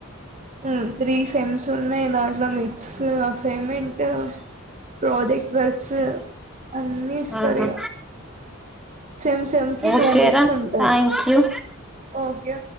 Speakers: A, on the right; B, in the centre.
A: హ్మ్! త్రీ సెమ్స్ ఉన్నాయి దాంట్లో mix assignment project work. Sir! అన్నీ ఇస్తారు
B: ఆహా
A: ఇగ సెమ్ సెమ్ కి
B: ఓకేరా
A: టూ మిడ్స్ ఉంటాయి.
B: Thank you
A: okay.